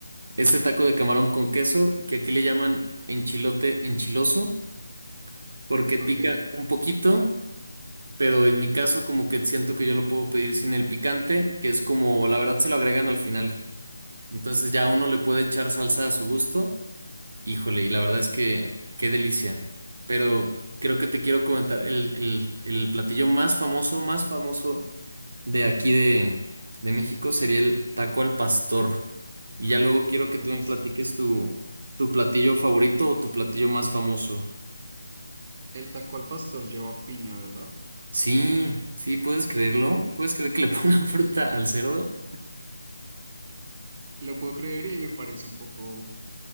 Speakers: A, on the right; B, on the right.
A: este taco de camarón con queso, que aquí le llaman enchilote enchiloso. porque pica
B: Ok.
A: un poquito, pero en mi caso como que siento que yo lo puedo pedir sin el picante, que es como la verdad se lo agregan al final. Entonces ya uno le puede echar salsa a su gusto. Híjole, y la verdad es que qué delicia. Pero creo que te quiero comentar el, el, el platillo más famoso, más famoso de aquí de, de México sería el taco al pastor. Y ya luego quiero
B: Taco
A: que tú
B: al
A: me
B: pastor.
A: platiques tu, tu platillo favorito o tu platillo más famoso.
B: El taco al pastor lleva piña, ¿verdad?
A: Sí, sí, puedes creerlo. ¿Puedes creer que le <laughs> pongan fruta al cerdo?
B: Lo puedo creer y me parece un poco